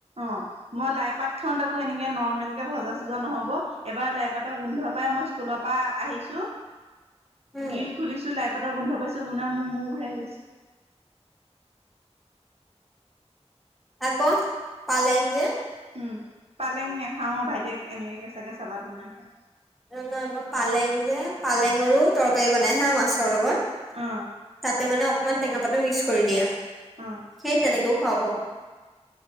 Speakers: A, on the right; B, in the centre.
A: অ', মই লাইপাত খাওঁ তাকৌ এনেকে নৰ্মেল কে ভজা - চজা নহ'ব এবাৰ লাইপাত', লাইপাতৰ গোন্ধ পাই, মই স্কুলৰ পৰা আহিছোঁ
B: উম
A: গ্ৰিল খুলিছোঁ লাইপাত', লাইপাতৰ গোন্ধ পাইছোঁ বনাম মোৰ মোৰ ঘূৰাই গৈছে',
B: আকৌ পালেং যে',
A: উম', পালেং নাখাওঁ ও, ভাইটিয়ে এনেকে কেঁচাকে চালাড বনাই খায়',
B: এ, নাই মই পালেং যে পালেং আৰু তৰকাৰী বনাই হা মাছৰ লগত',
A: অহ',
B: তাতে মানে অকমান টেঙা পাতো মিক্স কৰি দিয়ে,
A: অ'।
B: সেই তেনেকেও খায় পাওঁ',